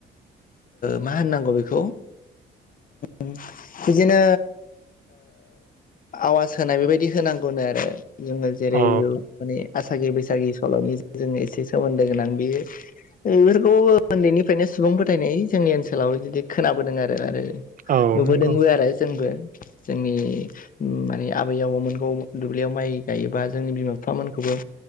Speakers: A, on the left; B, on the right.
A: मा होननांगौ बेखौ बिदिनो आवाज होनाय बेबायदि होनांगौनो आरो जोंङो जेरै
B: औ
A: माने आसागि बैसागि सल'नि जोंङो एसे सोमोन्दो गोनां बेयो बेफोरखौ उन्दैनिफ्रायनो सुबुं फोथायनाय जोंनि ओनसोलाव बिदि खोनाबोदों आरो आरो
B: औ
A: नुबोदोंबो
B: नंगौ
A: आरो जोंबो। जोंनि माने आबै आबौमोनखौ दुब्लियाव माइ गायोबा जोंनि बिमा बिफामोनखौबो